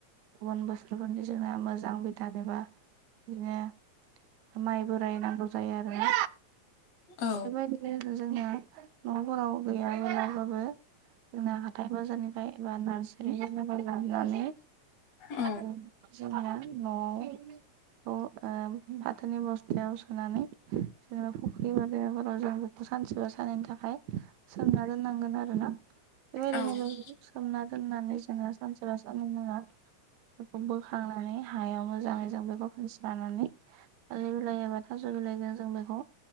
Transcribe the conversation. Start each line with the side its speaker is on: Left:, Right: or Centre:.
Right: गुबुन बोसोरफोरनि जोंनाना मोजांबिदानबा बिदिनो माइ बोराय नांगौ जायो आरोना
Left: औ
Right: बेबायदिनो जोना न'फोराव गैया गैयालाबाबो जोंना हाथाइ बाजारनिफ्राय एबा नारसारि बा ननि
Left: औ
Right: उम जोंना न'आव अ ओ फाथोनि बस्थायाव सोनानै जेनेबा फुख्रि बदमाफोराव जों बेखौ सानसेबा सानननि थाखाय सोमना दोननांगोन आरो ना बेबायदिनो
Left: औ
Right: बे सोमना दोननानै जोङो सानसेबा साननै उनाव बेखौ बोखांनानै हायाव मोजाङै जों बेखौ फिनस्रिनानै लानानै थालिर बिलाइ एबा थाज' बिलाइजों जों बेखौ